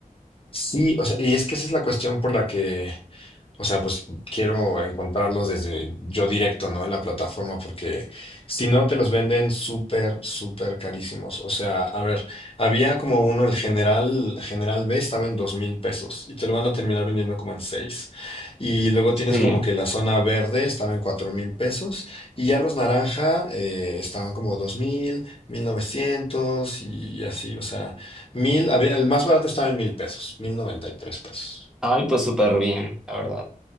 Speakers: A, on the left; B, in the centre.
A: Sí, o sea, y es que esa es la cuestión por la que O sea, pues quiero encontrarlos desde yo directo, ¿no? En la plataforma, porque si no te los venden súper, súper carísimos. O sea, a ver, había como uno, el general, general B estaba en dos mil pesos y te lo van a terminar vendiendo como en seis. Y luego
B: Sí.
A: tienes como que la zona verde estaba en cuatro mil pesos y ya los naranja eh, estaban como dos mil, mil novecientos y así. O sea, mil, a ver, el más barato estaba en mil pesos, mil noventa y tres pesos.
B: Ay, pues súper bien, la verdad.